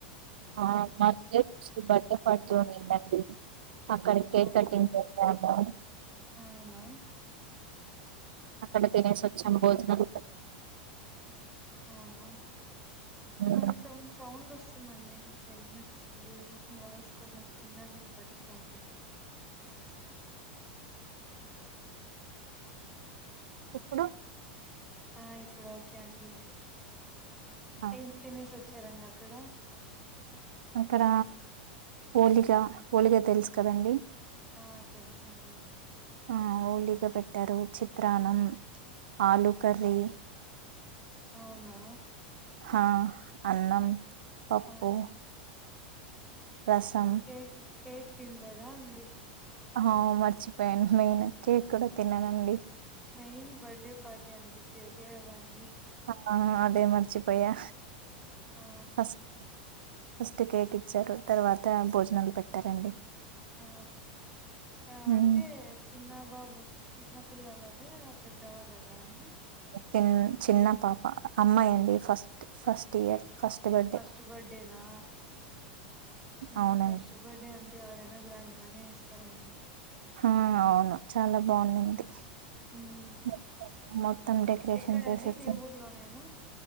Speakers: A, on the right; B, in the centre.
A: ఆ మా రిలేటివ్స్ది బర్త్డే పార్టీ ఉనిందండి అక్కడ కేక్
B: అవును
A: కటింగ్ కెళ్ళమూ
B: అవునా
A: అక్కడ తినేసొచ్చాం భోజనం
B: అవునా
A: ఉమ్,
B: కొంచెం సౌండ్ వస్తుందండి మీ సైడ్ నుంచి ఏదో మీ వాయిస్ కొంచెం చిన్నగా వినపడిస్తా ఉంది
A: ఇప్పుడు
B: ఆ ఇప్పుడు ఓకే అండి
A: ఆ,
B: ఏం తినేసి వచ్చారండి అక్కడ
A: అక్కడ హోలిగా హోలిగా తెలుసు కదండి
B: ఆ తెలుసండి
A: ఆ ఓలిగా పెట్టారు చిత్రాన్నం ఆలు కర్రీ
B: అవునా
A: హా అన్నం పప్పు
B: ఆ
A: రసం
B: కేక్ కేక్ తినలేదా అండి
A: ఆ మర్చిపోయాను మెయిన్ కేక్ కూడా తిన్నానండి
B: మెయిన్ బర్త్డే పార్టీ అంటే కేకే కదా అండి
A: హా అదే మరిచిపోయా
B: ఆ
A: ఫస్ ఫస్ట్ కేక్ ఇచ్చారు తర్వాత భోజనాలు పెట్టారండి
B: ఆ ఎవంటే
A: హ్మ్.
B: చిన్న బాబు చిన్న పిల్లలదే పెద్దవాళ్ళదా అండి
A: చిన్ చిన్న పాప అమ్మాయి అండి first first year first birthday
B: first బర్డేనా ఊ
A: అవునండి
B: ఫస్ట్ బర్త్డే అంటే ఎవరైనా గ్రాండ్ గానే చేస్సారండి
A: హా అవును చాలా బా ఉన్నిన్నింది
B: మ్మ్
A: మొత్తం మొత్తం డెకరేషన్
B: ఎక్కడండి
A: చేసేసి
B: మీ ఊర్లోనేనా